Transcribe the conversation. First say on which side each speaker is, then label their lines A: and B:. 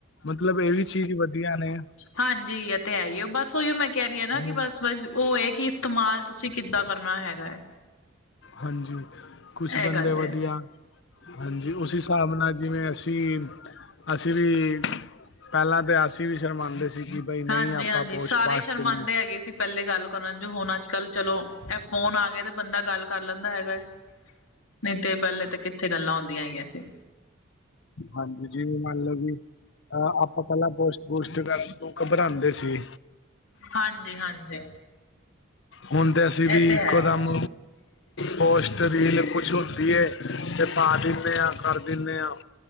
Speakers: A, on the left; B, on the left.
A: ਮਤਲਬ ਇਹ ਵੀ ਚੀਜ਼ ਵਧੀਆ ਨੇ
B: ਹਾਂਜੀ ਆ ਤੇ ਹੈ ਹੀ ਬਸ ਉਹੀ ਮੈਂ ਕਹਿ ਰਹੀ ਹਾਂ ਨਾ
A: ਜੀ
B: ਕਿ ਬਸ ਉਹ ਹੈ ਕਿ ਇਸਤੇਮਾਲ ਤੁਸੀਂ ਕਿੱਦਾਂ ਕਰਨਾ ਹੈਗਾ ਹੈ
A: ਹਾਂਜੀ ਕੁਛ ਬੰਦੇ
B: ਇਹ ਗੱਲ ਹੈ
A: ਵਧੀਆ ਹਾਂਜੀ ਉਸ ਹਿਸਾਬ ਨਾਲ ਜਿਵੇਂ ਅਸੀਂ ਅਸੀਂ ਵੀ ਪਹਿਲਾਂ ਤਾਂ ਅਸੀਂ ਵੀ ਸ਼ਰਮਾਉਂਦੇ ਸੀ ਕਿ ਬਈ ਨਹੀਂ
B: ਹਾਂਜੀ
A: ਆਪਾਂ
B: ਹਾਂਜੀ
A: ਪੋਸਟ
B: ਸਾਰੇ
A: ਪਾਸਟ
B: ਹੀ ਸ਼ਰਮਾਉਂਦੇ
A: ਨਹੀਂ
B: ਹੈਗੇ ਸੀ ਪਹਿਲੇ ਗੱਲ ਕਰਨ ਜੋ ਹੁਣ ਅੱਜ ਕੱਲ ਚਲੋ ਇਹ ਫੋਨ ਆ ਗਿਆਏ ਤੇ ਬੰਦਾ ਗੱਲ ਕਰ ਲੈਂਦਾ ਹੈਗਾ ਹੈ ਨਹੀਂ ਤੇ ਪਹਿਲੇ ਤਾਂ ਕਿੱਥੇ ਗੱਲਾਂ ਹੁੰਦੀਆ ਹੈਗੀਆਂ ਸੀ
A: ਹਾਂਜੀ ਜੀਵੇ ਮੰਨ ਲਓ ਕਿ ਅ ਆਪਾਂ ਪਹਿਲਾ ਪੋਸਟ ਪੋਸਟ ਕਰਕੇ ਘਬਰਾਉਂਦੇ ਸੀ
B: ਹਾਂਜੀ ਹਾਂਜੀ
A: ਹੁਣ ਤੇ ਅਸੀਂ ਵੀ
B: ਇਹ ਤੇ
A: ਇੱਕ
B: ਹੈ
A: ਦਮ ਪੋਸਟ ਰੀਲ ਕੁਛ ਹੁੰਦੀ ਹੈ ਤੇ ਪਾ ਦਿੰਦੇ ਹਾਂ ਕਰ ਦਿੰਦੇ ਹਾਂ